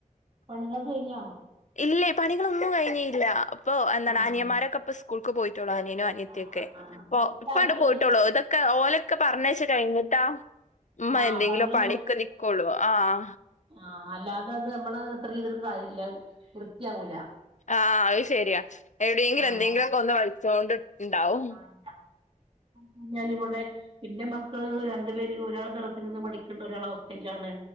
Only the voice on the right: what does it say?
പണികളൊക്കെ കഴിഞ്ഞോ
ആഹ്
ആഹ് ആഹ്
വീട്ടിലാരൊക്കെയുള്ളെ
ആഹ്
പണികൾ
ആഹ അല്ലാതെ അത് നമ്മള് എത്ര ഇതിലും കാര്യമില്ല വൃത്തിയാവൂല
ആഹ്
<inaudible> പറഞ്ഞ ഇവിടെ പിന്നെ മക്കള് രണ്ടു പേര് ഒരാൾ തരത്തിൽ നിന്ന് പഠിക്കേണ്ട ഒരാള ഹോസ്റ്റലിൽ ആണ്